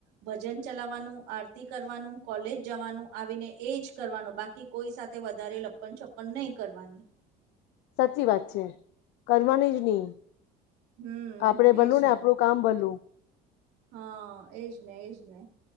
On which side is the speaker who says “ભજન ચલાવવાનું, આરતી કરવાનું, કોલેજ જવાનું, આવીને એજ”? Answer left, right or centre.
Right